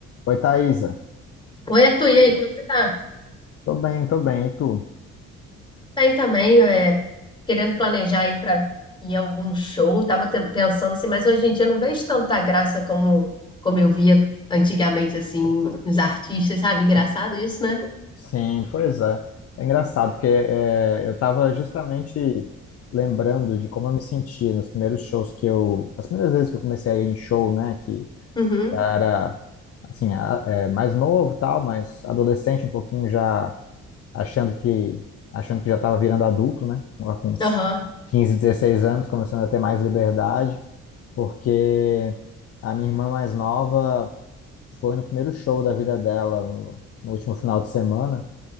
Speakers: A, on the left; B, on the left.
A: Oi, Thaisa.
B: Oi, Arthur, e aí, como é que você tá?
A: Tô bem, tô bem. E tu?
B: Bem também, é, querendo planejar aí pra ir a algum show, tava ten- pensando assim, mas hoje em dia eu não vejo tanta graça como, como eu via antigamente, assim, nos artistas, sabe? Engraçado isso, né?
A: Sim, pois é. É engraçado, porque é, eu estava justamente lembrando de como eu me sentia nos primeiros shows que eu... As primeiras vezes que eu comecei a ir em show, né? Que
B: Uhum,
A: era, assim, a- é, mais novo e tal, mas adolescente um pouquinho já achando que... Achando que já estava virando adulto, né? Lá com uns
B: aham.
A: 15, 16 anos, começando a ter mais liberdade, porque a minha irmã mais nova... foi no primeiro show da vida dela, no, no último final de semana,